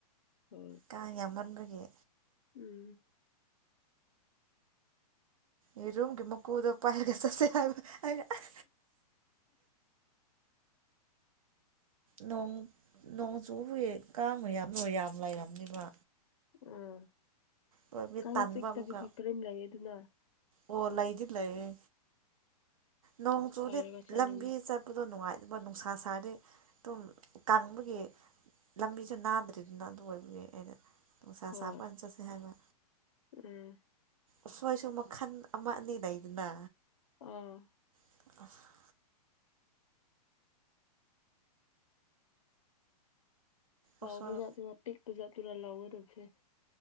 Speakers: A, on the left; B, on the right.
A: ꯍꯣꯏ
B: ꯀꯥꯡ ꯌꯥꯝꯃꯟꯕꯒꯤ
A: ꯎꯝ
B: ꯌꯦꯔꯨꯝꯒꯤ ꯃꯀꯨꯗꯣ ꯄꯥꯏꯒ ꯆꯠꯁꯦ ꯍꯥꯏꯕ ꯑꯩꯅ ꯑꯦ
A: <inaudible>
B: ꯅꯣꯡ ꯅꯣꯡ ꯆꯨꯕꯒꯤ ꯀꯥꯡ ꯌꯥꯝ ꯂꯣꯏ ꯌꯥꯝ ꯂꯩꯔꯝꯅꯤꯕ
A: ꯎꯝ
B: ꯑꯣꯏꯕꯒꯤ
A: ꯀꯥꯡ
B: ꯇꯟꯕ
A: ꯆꯤꯛꯇꯕꯒꯤ
B: ꯑꯃꯨꯛꯀ
A: ꯀꯔꯤꯝ ꯂꯩ ꯑꯗꯨꯅ
B: ꯑꯣ ꯂꯩꯗꯤ ꯂꯩꯌꯦ ꯅꯣꯡ
A: ꯑꯗꯨ
B: ꯆꯨꯗꯤ
A: ꯄꯥꯏꯔꯒ ꯆꯠꯂꯨꯅꯦ
B: ꯂꯝꯕꯤ ꯆꯠ ꯄꯗꯣ ꯅꯨꯡꯉꯥꯏꯇꯕ ꯅꯨꯡꯁꯥ ꯁꯥꯗꯤ ꯑꯗꯨꯝ ꯀꯪꯕꯒꯤ ꯂꯝꯕꯤꯁꯨ ꯅꯥꯗ꯭ꯔꯤꯗꯅ ꯑꯗꯨ ꯑꯣꯏꯕꯒꯤ ꯑꯩꯅ ꯅꯨꯡꯁꯥ
A: ꯍꯣꯏ
B: ꯁꯥꯕꯀꯥꯟ ꯆꯠꯁꯦ ꯍꯥꯏꯕ
A: ꯎꯝ
B: ꯎꯁꯣꯏꯁꯨ ꯃꯈꯜ ꯑꯃ ꯑꯅꯤ ꯂꯩꯗꯅ
A: ꯑꯥ
B: ꯑꯥ
A: ꯆꯥꯎꯕꯩ
B: ꯎꯁꯣꯏ
A: ꯖꯥꯠꯇꯔꯥ ꯄꯤꯛꯄꯩ ꯖꯥꯠꯇꯔꯥ ꯂꯧꯔ ꯗꯧꯁꯦ